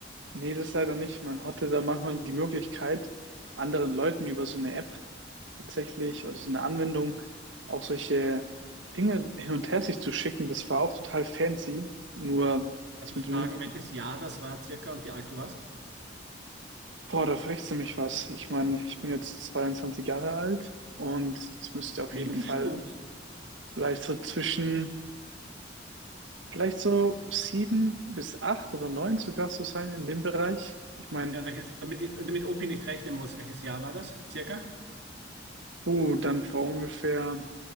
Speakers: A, on the right (about 85°); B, on the right (about 70°).
A: Nee, das leider nicht. Man hatte da manchmal die Möglichkeit, anderen Leuten über so eine App tatsächlich oder so eine Anwendung auch solche Dinge hin und her sich zu schicken. Das war auch total fancy. Nur
B: Darf
A: das
B: ich
A: mit
B: fragen,
A: dem,
B: welches Jahr das war circa und wie alt du warst?
A: boah, da frechst du mich was. Ich meine, ich bin jetzt 22 Jahre alt und es müsste auf
B: Jungspund.
A: jeden Fall vielleicht so zwischen, vielleicht so sieben bis acht oder neun sogar so sein in dem Bereich. Ich meine,
B: Ja, welches, damit, die, damit OP nicht rechnen muss, welches Jahr war das? Circa?
A: uh, dann vor ungefähr